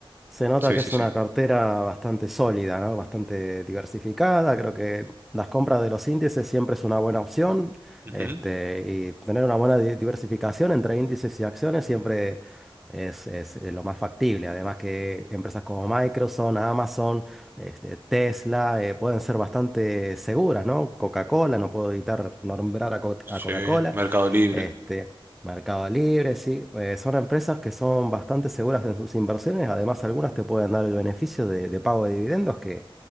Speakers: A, in the centre; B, on the right.
A: Se nota
B: Sí,
A: que
B: sí,
A: es
B: sí.
A: una cartera bastante sólida, ¿no? Bastante diversificada. Creo que las compras de los índices siempre es una buena opción.
B: Ujú.
A: Este, y tener una buena di- diversificación entre índices y acciones siempre es, es, eh, lo más factible. Además que empresas como Microsoft, Amazon, este, Tesla, eh, pueden ser bastante seguras, ¿no? Coca-Cola, no puedo evitar nombrar a, Co-
B: Sí,
A: a Coca-Cola.
B: Mercado Libre.
A: Este, Mercado Libre, sí. Eh, son empresas que son bastante seguras en sus inversiones. Además, algunas te pueden dar el beneficio de, de pago de dividendos, que,